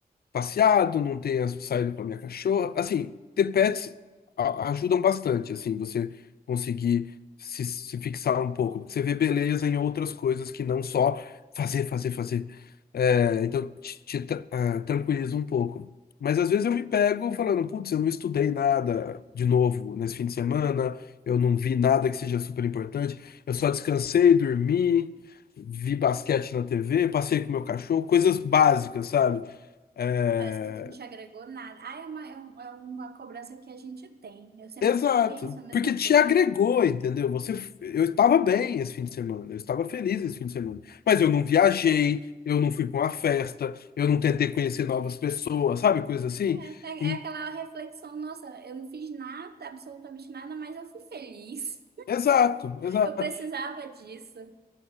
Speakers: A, on the left; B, on the right.
A: passeado, não tenha saído com a minha cachorra. Assim, ter pets a- ajudam bastante, assim, você conseguir se, se fixar um pouco. Porque Você vê beleza em outras coisas que não só fazer, fazer, fazer. É, então, te, te tra- ah, tranquiliza um pouco. Mas às vezes eu me pego falando, putz, eu não estudei nada de novo nesse fim de semana, eu não vi nada que seja super importante, eu só descansei, dormi, vi basquete na TV, passei com meu cachorro, coisas básicas, sabe? É,
B: Parece que tu não te agregou nada. Ah, é uma, é um- é uma cobrança que a gente tem. Eu sempre
A: Exato,
B: penso a mesma
A: porque te
B: coisa.
A: agregou, entendeu? Você, eu estava bem esse fim de semana, eu estava feliz esse fim de semana, mas eu não viajei, eu não fui para uma festa, eu não tentei conhecer novas pessoas, sabe? Coisa assim.
B: É, é
A: E-
B: é aquela reflexão, nossa, eu não fiz nada, absolutamente nada, mas eu fui feliz.
A: Exato, exato.
B: Eu precisava disso.